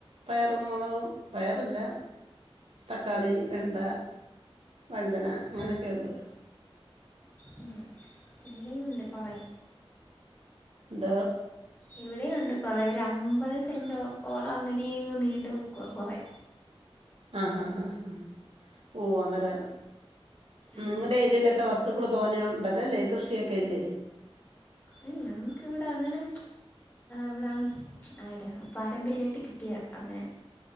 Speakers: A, on the right; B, on the left.
A: പയറും മുളകും പയറില്ല തക്കാളി വെണ്ട വഴുതന അങ്ങനെയൊക്കെണ്ട്
B: ആ, ഉം. ഇവിടെയുണ്ട് കുറെ
A: ദ
B: ഇവിടെയുണ്ട് കുറെ ഒരു അമ്പത് സെന്റ് ഓളം അങ്ങനെയന്ന് നീണ്ട കൊടക്കുക കുറെേ
A: ആഹ ആഹ ആ ഹ ഓ അര
B: ഉം.
A: നിങ്ങളുടെ ഏരിയയിലൊക്കെ വസ്തുക്കൾ തോന്നിയുണ്ടല്ലല്ലേ കൃഷിയൊക്കെ ഇല്ലേ
B: ഏ ഞങ്ങക്ക് വിടെ അങ്ങനെ ഇവിടെ അടെ പാരമ്പര്യമായിട്ട് കിട്ടിയ അങ്ങനെ